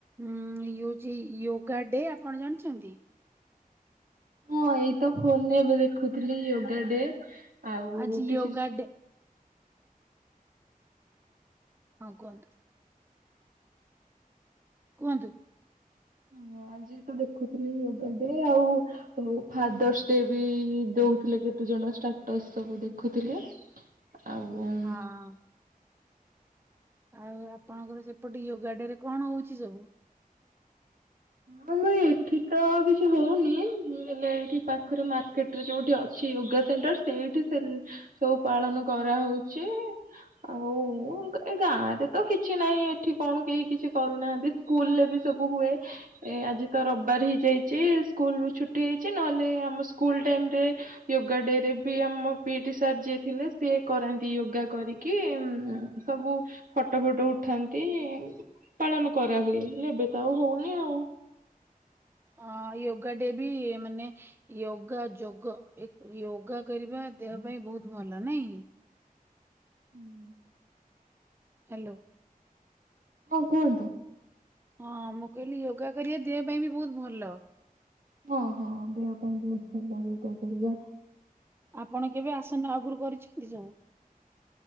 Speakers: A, on the right (about 15°); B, on the right (about 65°).
A: ଇଏ ହେଉଛି ୟୋଗା ଡେ ଆପଣ ଜାଣିଛନ୍ତି।
B: ହଁ ଏଇତ ଫୋନରେ ଏବେ ଦେଖୁଥିଲି ଯୋଗାଡେ ଆଉ
A: ଆଜି
B: କିଛି
A: ୟୋଗା ଡେ ଆ କୁହନ୍ତୁ। କୁହନ୍ତୁ।
B: ହ ଆଜି ତ ଦେଖୁଥିଲି ଯୋଗା ଡେ ଆଉ <unintelligible> ଆଉ ଫାଦର୍ସ ଡେ ବି ଦଉଥିଲେ କେତେ ଜଣ ଷ୍ଟାଟସ୍ ସବୁ ଦେଖୁଥିଲେ। ଆଉ <unintelligible>
A: ହଁ ଆଉ ଆପଣଙ୍କର ସେପଟେ ଯୋଗା ଡେ ରେ କଣ ହଉଛି ସବୁ।
B: ହଁ ଏଠି ତ କିଛି ହଉନି ହେଲେ ଏଇଠି ପାଖରେ ରେ ଯୋଉଠି ଅଛି ୟୋଗା ସେଣ୍ଟର ସେଇଠି ସେ ସବୁ ପାଳନ କରାହଉଛି। ଆଉ ଏ ଗାଁ ରେ ତ କିଛି ନାହିଁ ଏଠି କଣ କେହି କିଛି କରୁନାହାନ୍ତି। ସ୍କୁଲ ରେ ବି ସବୁ ହୁଏ। ଏ ଆଜି ତ ରବିବାର ହେଇ ଯାଇଛି ସ୍କୁଲ ବି ଛୁଟି ହେଇଛି ନହେଲେ ଆମ ସ୍କୁଲ ଟାଇମ ରେ ୟୋଗା ଡେ ରେ ବି ଆମ ପିଇ ଟି ସାର୍ ଯିଏ ଥିଲେ ସିଏ କରାନ୍ତି ଯୋଗା କରିକି। କି ଉ ସବୁ ଫଟୋ ଫଟୋ ଉଠାନ୍ତି ପାଳନ କରାହୁଏ। ଏବେ ତ ଆଉ ହଉନି ଆଉ।
A: ଅ ୟୋଗା ଡେ ବି ମାନେ ୟୋଗା ଯୋଗ ୟୋଗା କରିବା ଦେହ ପାଇଁ ବହୁତ ଭଲ ନାଇଁ।
B: <inaudible>
A: ହ୍ୟାଲୋ
B: ହଁ କୁହନ୍ତୁ
A: ହଁ ମୁଁ କହିଲି ୟୋଗା କରିବା ଦେହ ପାଇଁ ବି ବହୁତ ଭଲ।
B: ହଁ ହଁ ଦେହ ପାଇଁ ବହୁତ ଭଲ। କରିବା
A: ଆପଣ କେବେ ଆସନ ଆଗରୁ କରିଛନ୍ତି ସବୁ।